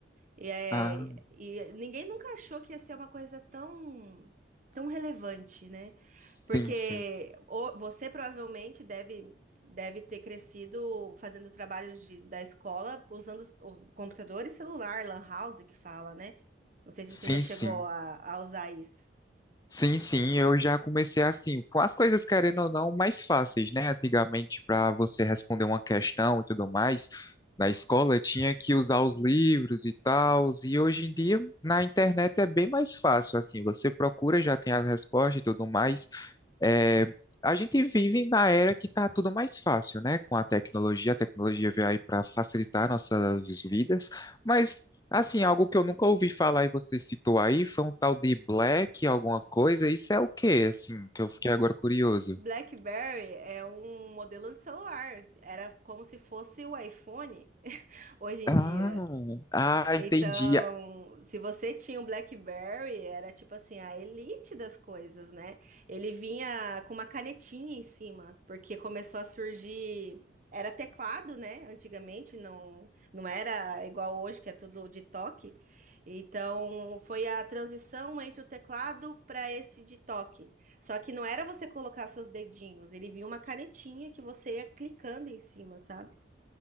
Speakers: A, on the right (about 40°); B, on the left (about 20°).
A: E, é-
B: Ah,
A: e ninguém nunca achou que ia ser uma coisa tão, tão relevante, né?
B: sim,
A: Porque
B: sim.
A: o- você provavelmente deve, deve ter crescido fazendo trabalhos de- da escola usando os- o computador e celular, lan house que fala, né? Não sei se
B: Sim,
A: você já chegou
B: sim.
A: a a usar isso.
B: Sim, sim, eu já comecei assim, com as coisas querendo ou não mais fáceis, né? Antigamente, para você responder uma questão e tudo mais, na escola tinha que usar os livros e tal, e hoje em dia na internet é bem mais fácil, assim, você procura, já tem as respostas e tudo mais. É, a gente vive na era que está tudo mais fácil, né? Com a tecnologia, a tecnologia veio aí para facilitar nossas vidas, mas assim, algo que eu nunca ouvi falar e você citou aí foi um tal de Black, alguma coisa. Isso é o quê? Assim, que eu fiquei agora curioso.
A: BlackBerry é um modelo de celular. Era como se fosse o iPhone <laughs> hoje em
B: Ah,
A: dia.
B: ah,
A: Então,
B: entendi.
A: se você tinha um BlackBerry, era tipo assim, a elite das coisas, né? Ele vinha com uma canetinha em cima, porque começou a surgir. Era teclado, né? Antigamente, não, não era igual hoje, que é tudo de toque. Então, foi a transição entre o teclado para esse de toque. Só que não era você colocar seus dedinhos, ele vinha uma canetinha que você ia clicando em cima, sabe?